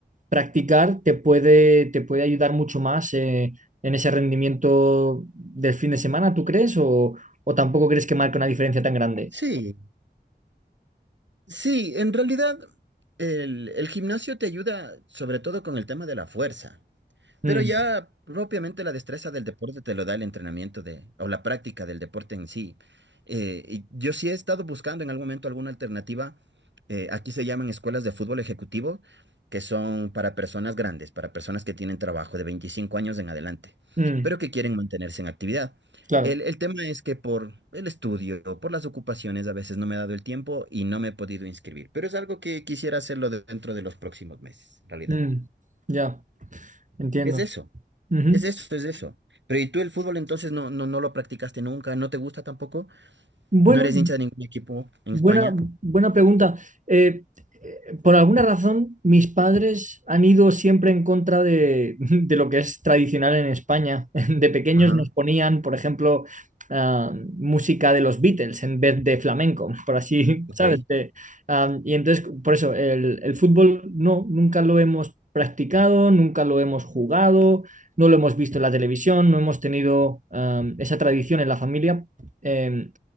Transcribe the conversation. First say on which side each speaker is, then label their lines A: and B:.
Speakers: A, on the right (about 45°); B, on the right (about 85°).
A: practicar te puede, te puede ayudar mucho más eh, en ese rendimiento del fin de semana, ¿tú crees? ¿O, o tampoco crees que marque una diferencia tan grande?
B: Sí, sí, en realidad el, el gimnasio te ayuda sobre todo con el tema de la fuerza. Pero
A: Mm,
B: ya propiamente la destreza del deporte te lo da el entrenamiento de, o la práctica del deporte en sí. Eh, y yo sí he estado buscando en algún momento alguna alternativa. Eh, aquí se llaman escuelas de fútbol ejecutivo, que son para personas grandes, para personas que tienen trabajo de 25 años en adelante,
A: mm,
B: pero que quieren mantenerse en actividad.
A: claro,
B: El, el tema es que por el estudio, por las ocupaciones, a veces no me he dado el tiempo y no me he podido inscribir, pero es algo que quisiera hacerlo de- dentro de los próximos meses, en realidad.
A: Mm, ya, entiendo.
B: Es eso.
A: Ujú.
B: Es eso, es eso. Pero ¿y tú el fútbol entonces no, no, no lo practicaste nunca? ¿No te gusta tampoco?
A: Bueno.
B: ¿No eres hincha de ningún equipo en
A: Buena,
B: España?
A: buena pregunta. Eh, eh, por alguna razón, mis padres han ido siempre en contra de, de lo que es tradicional en España. <laughs> De pequeños
B: Ajá.
A: nos ponían, por ejemplo, ah, música de los Beatles en vez de flamenco, por así, <laughs>
B: Ok.
A: ¿sabes? De- ah, y entonces, por eso, el, el fútbol no, nunca lo hemos practicado, nunca lo hemos jugado, no lo hemos visto en la televisión, no hemos tenido ah, esa tradición en la familia. Em,